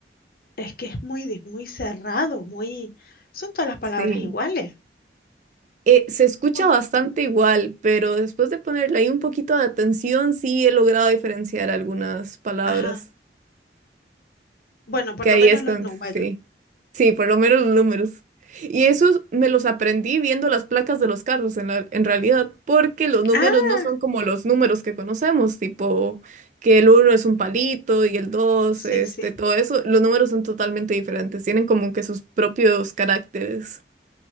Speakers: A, on the left; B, on the right.
A: Es que es muy, di- muy cerrado, muy... Son todas las palabras
B: Sí.
A: iguales.
B: Eh, se escucha
A: Muy...
B: bastante igual, pero después de ponerle ahí un poquito de atención, sí he logrado diferenciar algunas palabras.
A: Ajá. Bueno, por
B: Que
A: lo
B: ahí
A: menos
B: es
A: los
B: cuando,
A: números.
B: sí. Sí, por lo menos los números. Y esos me los aprendí viendo las placas de los carros en la- en realidad, porque los números
A: Ah,
B: no son como los números que conocemos, tipo que el uno es un palito y el dos
A: sí,
B: este,
A: sí.
B: todo eso. Los números son totalmente diferentes, tienen como que sus propios caracteres.